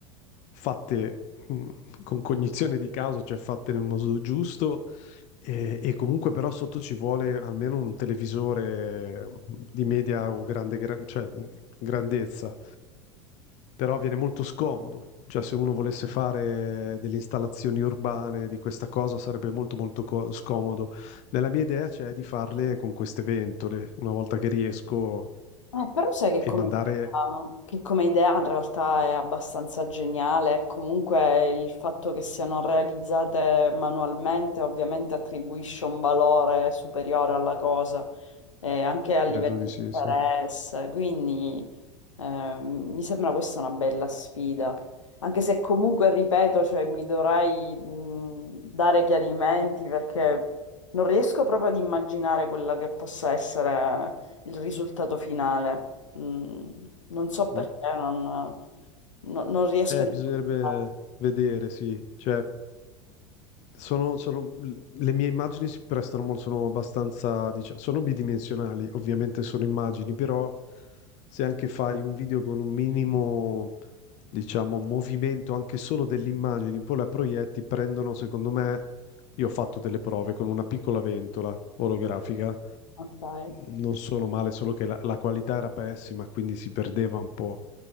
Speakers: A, on the left; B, on the left.
A: fatte mh, con cognizione di causa, cioè fatte nel modo giusto, e, e comunque però sotto ci vuole almeno un televisore mm, di media o grande, gra- cioè, mm, grandezza, però viene molto scomodo. Cioè, se uno volesse fare delle installazioni urbane di questa cosa sarebbe molto molto co- scomodo. Nella mia idea c'è di farle con queste ventole, una volta che riesco
B: Eh, però sai che come,
A: e mandare,
B: che come idea in realtà è abbastanza geniale, e comunque il fatto che siano realizzate manualmente ovviamente attribuisce un valore superiore alla cosa, eh, anche a livello
A: credo di
B: di
A: sì,
B: interesse,
A: sì.
B: quindi eh, mi sembra questa una bella sfida, anche se comunque, ripeto, cioè, mi dovrei mh, dare chiarimenti perché non riesco proprio ad immaginare quella che possa essere il risultato finale. Mm, non so perché,
A: Mm.
B: non, no- non riesco
A: Eh,
B: a dimenticarlo.
A: bisognerebbe vedere, sì. Cioè, sono, sono- le mie immagini si prestano molto, sono abbastanza, diciamo, sono bidimensionali, ovviamente sono immagini, però se anche fai un video con un minimo, diciamo, movimento anche solo delle immagini, poi la proietti, prendono, secondo me, io ho fatto delle prove con una piccola ventola olografica,
B: Ok.
A: non sono male, solo che la la qualità era pessima, quindi si perdeva un po'.